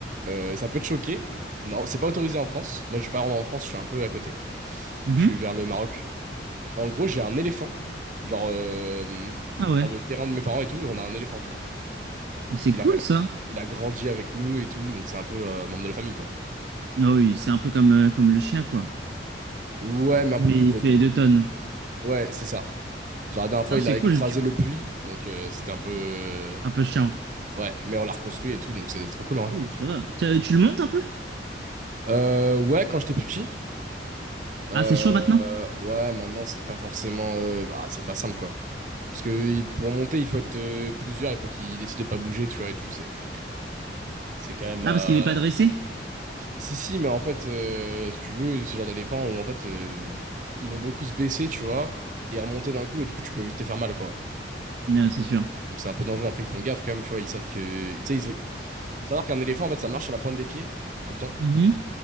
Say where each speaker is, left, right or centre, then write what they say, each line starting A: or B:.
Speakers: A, on the right; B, on the right.
A: euh, ça peut te choquer. Non, c'est pas autorisé en France. Moi, je suis pas vraiment en France, je suis un peu à côté.
B: Mhm.
A: Je suis vers le Maroc. En gros, j'ai un éléphant. Genre, euh,
B: Ah
A: dans
B: ouais.
A: le terrain de mes parents et tout, on a un éléphant, tu vois.
B: Mais c'est
A: Il
B: cool,
A: a,
B: ça.
A: il a grandi avec nous et tout, donc c'est un peu euh, membre de la famille, quoi.
B: Ah oui, c'est un peu comme, euh, comme le chien, quoi.
A: Ouais, mais un
B: Mais
A: peu plus
B: il
A: gros,
B: fait
A: du coup.
B: deux tonnes.
A: Ouais, c'est ça. Genre, la dernière fois,
B: Ça,
A: il
B: c'est
A: a écrasé
B: cool, tu...
A: le puits. Donc, euh, c'était un peu. euh,
B: un peu chiant.
A: Ouais, mais on l'a reconstruit et tout. Donc, c'était trop cool, ouais.
B: Oh, ça va. T'as- Tu le montes un peu?
A: Euh, ouais, quand j'étais plus petit. Euh,
B: Ah, c'est chaud maintenant?
A: ouais, maintenant, c'est pas forcément. euh, bah, c'est pas simple, quoi. Parce que il- pour monter, il faut être euh, plusieurs. Il faut qu'ils décident de pas bouger, tu vois, et tout. C'est. C'est quand même.
B: Ah,
A: euh,
B: parce qu'il n'est pas dressé?
A: Si, si, mais en fait, euh, si tu veux, c'est le genre d'éléphant où, en fait, euh, ils vont beaucoup se baisser, tu vois, et remonter d'un coup. Et du coup, tu peux vite te faire mal, quoi.
B: Non, c'est sûr.
A: Donc c'est un peu dangereux. Après, ils font gaffe quand même, tu vois. Ils savent que. Tu sais, ils, Savoir qu'un éléphant, en fait, ça marche sur la pointe des pieds, tout le temps.
B: Mhm.